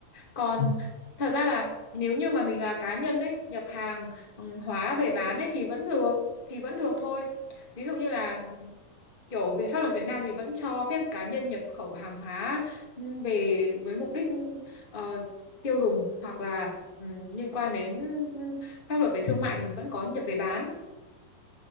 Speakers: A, on the left (about 35°); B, on the left (about 75°).
A: còn
B: Ừ.
A: thật ra là nếu như mà mình là cá nhân ấy nhập hàng ừm, hóa về bán ấy thì vẫn được thì vẫn được thôi ví dụ như là Kiểu về pháp luật Việt Nam thì vẫn cho phép cá nhân nhập khẩu hàng hóa ừ, về với mục đích ờ, tiêu dùng hoặc là ừ, liên quan đến ừ, pháp luật về
B: Thương
A: thương
B: mại.
A: mại thì vẫn có nhập về bán.